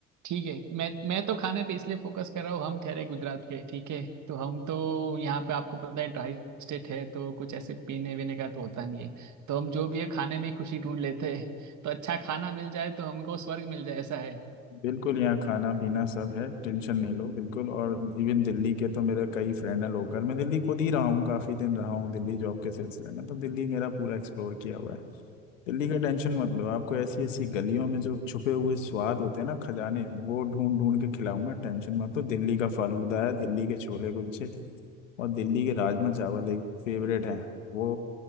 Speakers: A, on the right; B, on the left.
A: ठीक है मैं मैं तो खाने पे इसलिए फोकस कर रहा हूँ हम ठहरे गुजरात के ठीक है तो हम तो यहाँ पे आपको पता है ड्राई स्टेट है तो कुछ ऐसे पीने वीने का तो होता नहीं है तो हम जो भी है खाने में ही खुशी ढूंढ लेते हैं तो अच्छा खाना मिल जाए तो हमको स्वर्ग मिल जाए ऐसा है
B: बिल्कुल यहाँ खाना पीना सब है टेंशन नहीं लो बिल्कुल और इवन दिल्ली के तो मेरे कई फ्रेंड हैं लोकल मैं दिल्ली खुद ही रहा हूँ काफी दिन रहा हूँ दिल्ली जॉब के सिलसिले में तो दिल्ली मेरा पूरा एक्सप्लोर किया हुआ है दिल्ली
A: हम्म,
B: का टेंशन मत लो आपको ऐसी ऐसी गलियों में जो छुपे हुए स्वाद होते हैं ना खजाने वो ढूंढ ढूंढ के खिलाऊंगा टेंशन मत लो दिल्ली का फालूदा है दिल्ली के छोले कुलचे और दिल्ली के राजमा चावल एक फेवरेट है वो